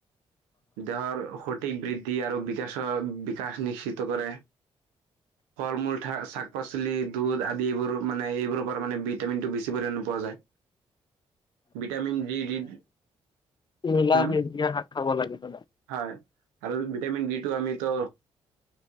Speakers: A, on the right; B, on the left.
A: দেহৰ। তিক বৃদ্ধি আৰু বিকাশৰ বিকাশ নিশ্চিত কৰে। ফল মূলাক শাক পাচলি। দুধ আদি এইবোৰ মানে এইবোৰৰ পৰা মানে ভিটামিন টো বেছি পৰি পোৱা যায়। Vitamin D.
B: মলা
A: হম
B: সেজীয়া শাক খাব লাগে হলে।
A: হয় আৰু ভিটামিন ডি টো আমিতো